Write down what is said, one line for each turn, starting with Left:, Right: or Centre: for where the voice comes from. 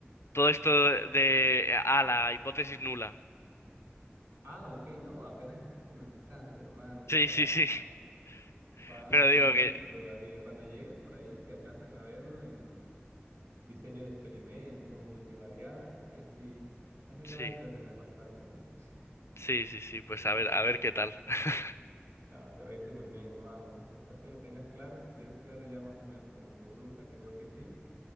Left: todo esto de, ah, la hipótesis nula.
Right: Ah, ok, no, apenas estás comenzando, hermano. O
Left: Sí,
Right: sea,
Left: sí, sí.
Right: vas
Left: <laughs>
Right: vas
Left: Pero
Right: pequeñito
Left: digo que
Right: todavía. Cuando llegues por ahí, si alcanzan a verlo en diseño de experimentos o multivariadas, ahí sí, ahí sí
Left: sí.
Right: te vas a entretener bastante, ¿eh? <laughs>
Left: Sí, sí, sí, pues a ver, a ver qué tal. <laughs>
Right: Ah, te va a ir súper bien, hermano. Después que lo tengas claro, si tienes claro ya más o menos como tu ruta, que veo que sí.